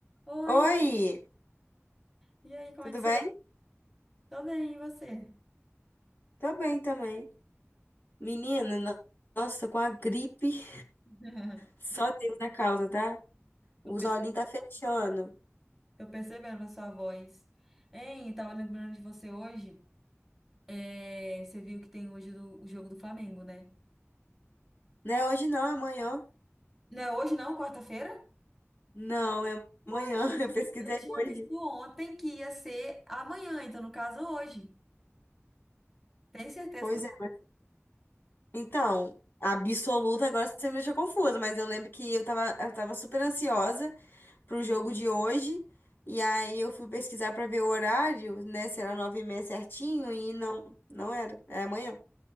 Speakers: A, in the centre; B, on the left.
A: Oi,
B: Oi,
A: e aí, como
B: tudo
A: é que você
B: bem?
A: tá? Tô bem, e você?
B: Tô bem também. Menina, no- nossa, tô com a gripe.
A: <laughs>
B: Só Deus na causa, tá?
A: Tô
B: Os
A: perce-
B: olhinhos tá fechando.
A: tô percebendo a sua voz. Hein, eu tava lembrando de você hoje. É, você viu que tem hoje do- o jogo do Flamengo, né?
B: Não é hoje não, é amanhã.
A: Não é hoje não, quarta-feira?
B: Não, é
A: Eu
B: amanhã.
A: tinha
B: <laughs> Eu
A: visto
B: pesquisei
A: eu tinha
B: hoje.
A: visto ontem que ia ser amanhã, então no caso hoje. Tem certeza
B: Pois
A: que não?
B: é, mas... Então, absoluta, agora você me deixou confusa, mas eu lembro que eu tava, eu tava super ansiosa pro jogo de hoje. E aí eu fui pesquisar pra ver o horário, né? Se era nove e meia certinho, e não, não era. É amanhã.